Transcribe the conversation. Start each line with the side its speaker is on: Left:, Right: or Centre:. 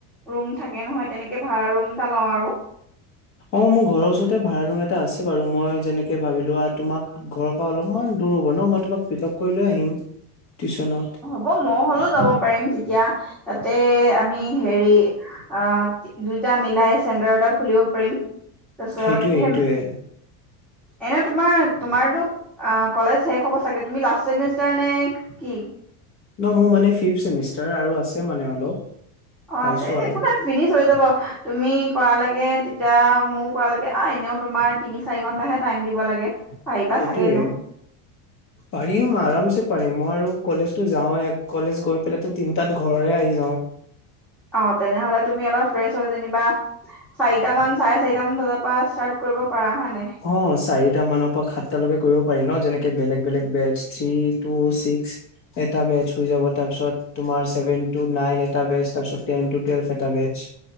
Centre: ৰুম থাকে নহয়, তেনেকে ভাড়া ৰুম এটা লওঁ আৰু।
Left: অ মোৰ ঘৰৰ ওচৰতে ভাড়া ৰুম এটা আছে বাৰু। মই যেনেকে ভাবিলোৱা তোমাক ঘৰ পা অলপমান দূৰ হ'ব ন। মই তোমাক পিক আপ কৰি লৈ আহিম টিউচনত।
Centre: অ মও হ'লেও যাব পাৰিম তেতিয়া, তাতে আমি হেৰি আহ দুইটা মিলাই চেণ্টাৰ এটা খুলিব পাৰিম। তাৰপিছত
Left: সেইটোয়ে
Centre: সে
Left: সেইটোয়ে
Centre: এনে তোমাৰ তোমাৰতো অ কলেজ শেষ হ'ব চাগে? তুমি লাষ্ট চেমিষ্টাৰ নে কি?
Left: ন মোৰ মানে ফিফ চেমিষ্টাৰ আৰু আছে মানে অলপ।
Centre: অ
Left: পাইছো
Centre: আছে, এ
Left: আৰু
Centre: একোনাই। ফিনিছ হয় যাব। তুমি কৰালেকে তেতিয়া মোৰ কৰা লকে আ এনেও তোমাৰ তিনি চাৰি ঘন্টাহে টাইম দিব লাগে। পাৰিবা
Left: সেইটোৱে।
Centre: চাগে এনেও
Left: পাৰিম আৰামছে পাৰিম। মই আৰু কলেজতো যাওঁৱে। কলেজ গৈ পেলাইটো তিনটাত ঘৰৰে আহি যাও।
Centre: অ, তেনেহলে তুমি অলপ ফ্ৰেছ হ যেনিবা। চাৰিটা মান চাৰে চাৰিটা মান বজা পা স্তাৰ্ত কৰিব পাৰা। হয় নাই?
Left: অ, চাৰিটা মান পা সাতটালৈকে কৰিব পাৰি ন, যেনেকে বেলেগ বেলেগ বেটচ থ্ৰি, টু, ছিক্স। এটা বেচ হৈ যাব তা পিছত। তোমাৰ ছেভেন টু নাইন এটা বেচ। তাপিছত টেন টু টোৱেলভ এটা বেচ।